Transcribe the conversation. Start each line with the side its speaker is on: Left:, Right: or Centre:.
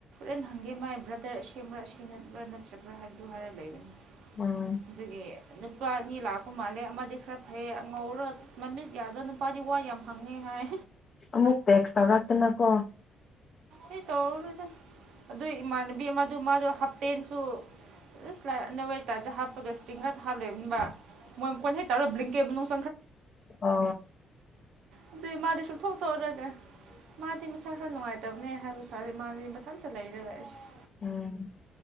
Right: ꯦꯟ ꯍꯪꯦ ꯃꯥꯥꯏꯕ꯭ꯔꯗꯔꯁꯕ꯭ꯔ ꯊꯦꯡꯅꯕ꯭ꯔꯥ ꯅꯠꯇ꯭ꯔꯕ꯭ꯔꯥ ꯍꯥꯏꯕꯗꯨ ꯍꯥꯏꯔꯒ ꯂꯩꯕꯅꯤ
Left: ꯎꯝ
Right: ꯑꯗꯨꯒꯤ ꯅꯨꯄꯥ ꯑꯅꯤ ꯂꯥꯛꯄ ꯃꯥꯜꯂꯦ ꯑꯃꯗꯤ ꯈꯔ ꯐꯩꯌꯦ ꯑꯉꯧꯔ ꯃꯃꯤꯁ ꯌꯥꯗꯣ ꯅꯨꯄꯥꯗꯤ ꯋꯥ ꯌꯥꯝ ꯐꯪꯉꯦ ꯍꯥꯏ
Left: ꯑꯃꯨꯛ ꯇꯦꯛꯁ ꯇꯧꯔꯛꯇꯅꯀꯣ
Right: ꯑꯩ ꯇꯧꯔꯔꯣꯏꯗ ꯑꯗꯨ ꯏꯃꯥꯟꯅꯕꯤ ꯑꯃꯗꯨ ꯃꯥꯗꯨ ꯍꯥꯞꯇꯦꯟꯁꯨ ꯥꯏ ꯑꯟ ꯍꯥꯞꯄꯒ ꯏꯁꯇꯡ ꯍꯥꯞꯂꯦꯕꯅꯤꯕ ꯃꯣꯏ ꯃꯈꯣꯟ ꯍ ꯇꯧꯔ ꯕ꯭ꯡꯀꯦ ꯃꯅꯨꯡꯪ
Left: ꯑ
Right: ꯑꯗꯨꯗꯤ ꯃꯥꯗꯤ ꯁꯨꯝꯊꯣꯛꯇꯎꯔꯒ ꯃꯥꯗꯤ ꯃꯁꯥ ꯈ ꯅꯨꯡꯉꯥꯏꯇꯦ ꯇꯞꯅꯦ ꯍꯥꯏꯕꯁꯨꯔ ꯏꯃꯥꯟꯕꯤ ꯃꯊꯟꯇ ꯂꯩꯔꯒ ꯑꯦꯁ
Left: ꯎꯝ